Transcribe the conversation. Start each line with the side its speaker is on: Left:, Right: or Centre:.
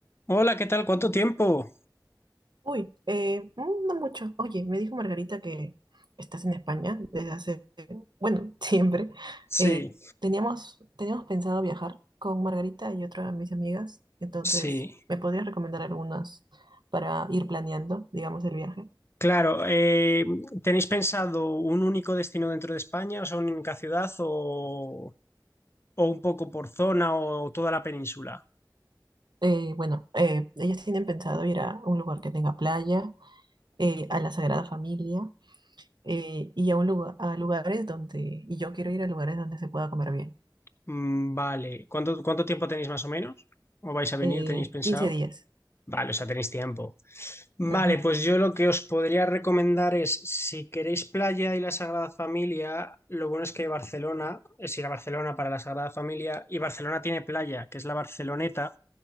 Left: Hola, ¿qué tal? ¿Cuánto tiempo?
Right: Uy, eh, mm, no mucho. Oye, me dijo Margarita que estás en España desde hace, bueno, <laughs> siempre.
Left: Sí,
Right: Eh, teníamos, teníamos pensado viajar con Margarita y otra de mis amigas, entonces,
Left: sí.
Right: ¿me podrías recomendar algunas para ir planeando, digamos, el viaje?
Left: Claro, eh, ¿tenéis pensado un único destino dentro de España, o sea, una única ciudad o, o un poco por zona o toda la península?
Right: Eh, bueno, eh, ellas tienen pensado ir a un lugar que tenga playa, eh, a la Sagrada Familia eh, y a, un lugar, a lugares donde, y yo quiero ir a lugares donde se pueda comer bien.
Left: Mm, Vale, ¿cuánto, cuánto tiempo tenéis más o menos? ¿O vais a venir?
Right: Eh,
Left: ¿Tenéis pensado?
Right: 15 días.
Left: Vale, o sea, tenéis tiempo. Vale,
Right: Ujú.
Left: pues yo lo que os podría recomendar es, si queréis playa y la Sagrada Familia, lo bueno es que Barcelona, es ir a Barcelona para la Sagrada Familia, y Barcelona tiene playa, que es la Barceloneta.